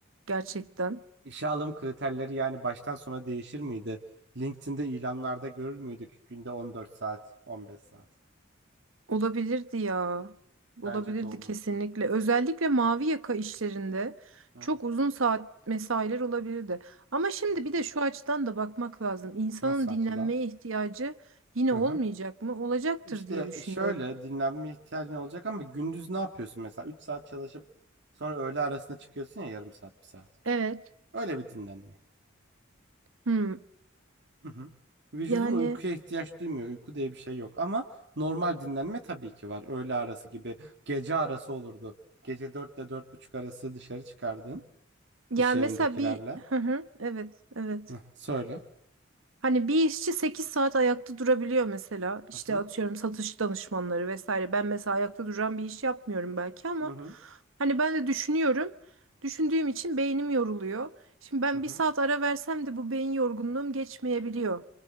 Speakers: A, on the right; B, on the right.
A: gerçekten.
B: İşe alım kriterleri yani baştan sona değişir miydi? LinkedIn'de ilanlarda görür müydük günde 14 saat, 15 saat?
A: Olabilirdi ya. Olabilirdi
B: Bence de olurdu.
A: kesinlikle. Özellikle mavi yaka işlerinde
B: Hı hı.
A: çok uzun saat mesailer olabilirdi. Ama şimdi
B: Hı hı.
A: bir de şu açıdan da bakmak lazım. İnsanın
B: Nasıl
A: dinlenmeye
B: açıdan?
A: ihtiyacı yine
B: Hı
A: olmayacak
B: hı.
A: mı? Olacaktır
B: İşte
A: diye düşünüyorum.
B: şöyle dinlenme ihtiyacın olacak ama gündüz ne yapıyorsun mesela? üç saat çalışıp sonra öğle arasında çıkıyorsun ya yarım saat, bir saat.
A: Evet.
B: Öyle bir dinlenme.
A: Hmm.
B: Hı hı. Vücudun
A: Yani
B: uykuya ihtiyaç duymuyor. Uyku diye bir şey yok ama normal dinlenme tabii ki var. Öğle arası gibi gece arası olurdu. Gece 4 ile dört buçuk arası dışarı çıkardın
A: ya
B: iş yerindekilerle.
A: mesela bir <laughs> Hı hı. evet evet
B: Hı, söyle.
A: Hani bir işçi 8 saat ayakta durabiliyor mesela. İşte
B: Hı hı.
A: atıyorum satış danışmanları vesaire. Ben mesela ayakta duran bir iş yapmıyorum belki ama
B: Hı hı.
A: hani ben de düşünüyorum. Düşündüğüm için beynim yoruluyor. Şimdi ben
B: Hı hı.
A: bir saat ara versem de bu beyin yorgunluğum geçmeyebiliyor.